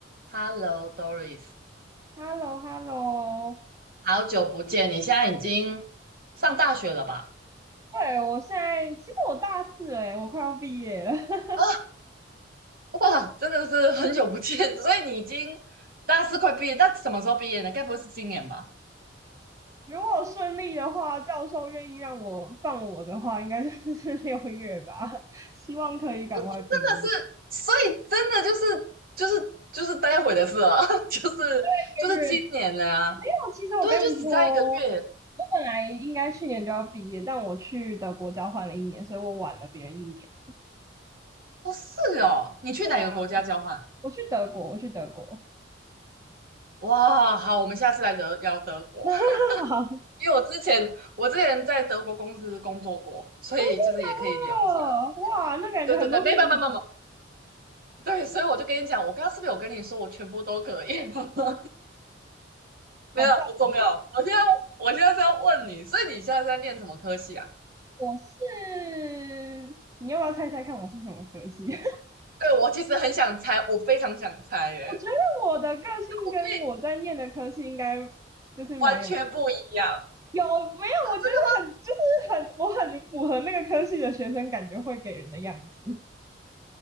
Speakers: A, on the right; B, on the right.
A: Hello Doris，
B: h e l l o h e l l o
A: 好久不见！你现在已经上大学了吧？
B: 对，我现在其实我大四了耶我快要毕业了。<laughs>
A: 啊，哇，真的是很久不见，<laughs> 所以你已经大四快毕业，那什么时候毕业呢？该不会是今年吧？
B: 如果顺利的话，教授愿意让我放我的话，应该就是 <laughs> 六月吧。<laughs> 希望可以赶快毕业。
A: 就真的是，所以真的就是就是就是待会的事了，<laughs> 就是就是今年了呀。
B: 一个月没有，其实我跟你说，
A: 对啊，就只差一个月。
B: 我本来应该去年就要毕业，但我去德国交换了一年，所以我晚了别人一年。
A: 哦，是哦，你去哪个国家交换？
B: 对啊，我去德国，我去德国。
A: 哇，好，我们下次来德聊德国，
B: <laughs>
A: <laughs>
B: 好
A: 因为我之前我之前在德国公司工作过，所以就是也可以聊一下。
B: 真的假的？哇，那感觉很多好友
A: 对对对，没办法，没办法，对，所以我就跟你讲，我刚刚是不是有跟你说我全部都可以？<laughs> 没有，
B: 好
A: 不重要。我现在我现在是要问你，所以你现在是在念什么科系啊？
B: 我是，你要不要猜猜看我是什么科系？<laughs> 我
A: 对，我其实很想猜，我非常想猜耶，
B: 觉得我的个性跟我在念的科系应该
A: 我可以
B: 就是蛮有
A: 完全不一样。
B: 有没有？
A: 啊真的吗？
B: 我觉得很就是很我很符合那个科系的学生感觉会给人的样子。